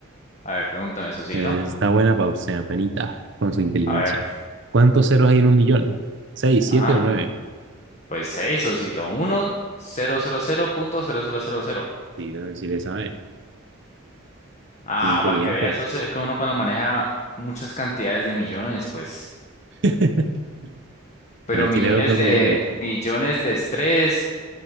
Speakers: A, on the left; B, on the right.
A: A ver, pregúntame, Sosito.
B: Eh, Está buena para usted, apenita, con su inteligencia.
A: A ver,
B: ¿Cuántos ceros hay en un millón? ¿Seis,
A: ajá.
B: siete o nueve?
A: Pues seis, Sosito. Uno, cero, cero, cero punto cero, cero, cero, cero.
B: Sí, si le sabe.
A: Ah,
B: Muy inteligente.
A: para que veas, eso es que uno cuando maneja muchas cantidades de millones, pues,
B: <laughs>
A: pero
B: Apenas
A: millones
B: tiene los dos
A: de
B: millones.
A: millones de estrés,